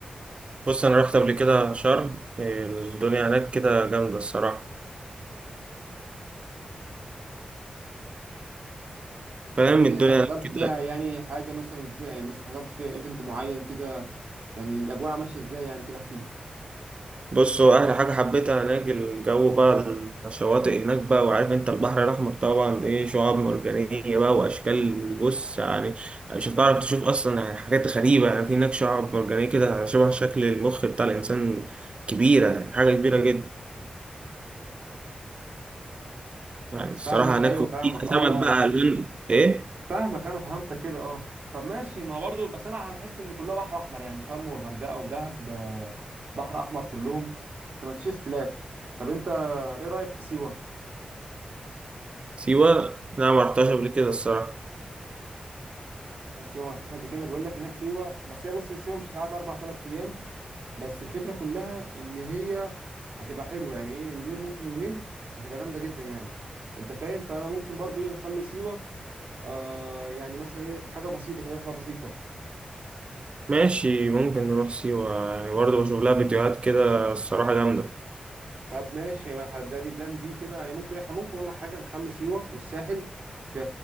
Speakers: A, on the right (about 40°); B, on the right (about 65°).
A: بص انا رحت قبل كده شرم إيه، الدنيا هناك كده جامدة الصراحة فاهم
B: كانت ايه
A: الدنيا
B: طب حضرت
A: هناك كده
B: فيها يعني حاجه مثلا في يعني مثلا حضرت فيها ايفنت معين كده كان الاجواء ماشيه ازاي يعني كده احكي لي
A: بص هو أحلى حاجة حبيتها هناك الجو بقى الشواطئ هناك بقى وعارف أنت البحر الأحمر طبعا إيه شعاب مرجانية بقى وأشكال بص يعني مش هتعرف تشوف أصلا يعني حاجات غريبة يعني في هناك شعاب مرجانية كده شبه شكل المخ بتاع الإنسان كبيرة يعني حاجة كبيرة جدا يعني الصراحة
B: فاهمك
A: هناك
B: ايوه
A: وفي
B: فاهمك اه
A: سمك
B: اه
A: بقى ألوان إيه
B: فاهمك انا فهمتك كده اه طب ماشي ما هو برضو بس انا هنحس ان كلها بحر احمر يعني شرم والغردقه ودهب آه، بحر احمر كلهم فما فيش اختلاف طب انت ايه رايك في سيوه
A: سيوة لا ما رحتهاش قبل كده الصراحة
B: سيوه ما رحتش قبل كده بيقول لك هناك سيوه بس هي بص سيوه مش هتقعد اربع ثلاث ايام بس الفكره كلها ان هي هتبقى حلوه يعني ايه يومين ممكن يومين هتبقى جامده جدا يعني انت فاهم فانا ممكن برضو ايه نخلو سيوه آه يعني مثلا ايه حاجه بسيطه كده رحله بسيطه
A: ماشي ممكن نروح سيوة يعني برضه بشوف لها فيديوهات كده الصراحة جامدة.
B: طب ماشي ما خد- ده دي بلان بي كده يعني ممكن احنا ممكن اقول لك حاجه نخلو سيوه والساحل في